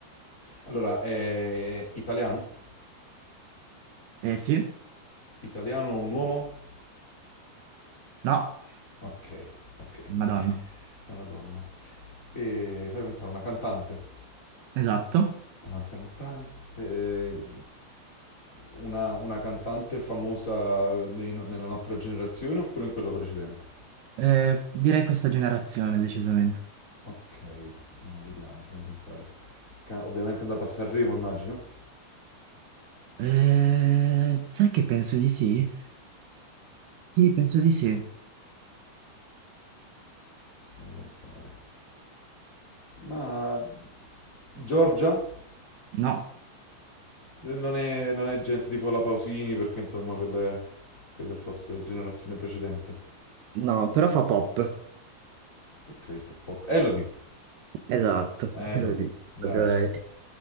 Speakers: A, on the left (about 35°); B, on the right (about 75°).
A: Allora, è italiano?
B: Eh sì?
A: Italiano un uomo?
B: No?
A: Ok, ok.
B: Madonna.
A: È una donna. E fai pensare a una cantante.
B: Esatto.
A: Una cantante. Una, una cantante famosa nei no- nella nostra generazione oppure in quella precedente?
B: Eh, direi questa generazione, decisamente.
A: Ok, allora vediamo, fammi pensare. Ca- ovviamente è andata a Sanremo, immagino.
B: Eh, sai che penso di sì? Sì, penso di sì.
A: Fammi pensare. Ma Giorgia?
B: No.
A: Eh, Non è, non è gente tipo la Pausini, perché insomma, quella è, quella è forse generazione precedente.
B: No, però fa pop.
A: Ok, fa pop. Elodie.
B: Esatto,
A: Eh,
B: <laughs>
A: Elodie,
B: lo dico
A: dai,
B: proprio
A: ci
B: lei.
A: sta,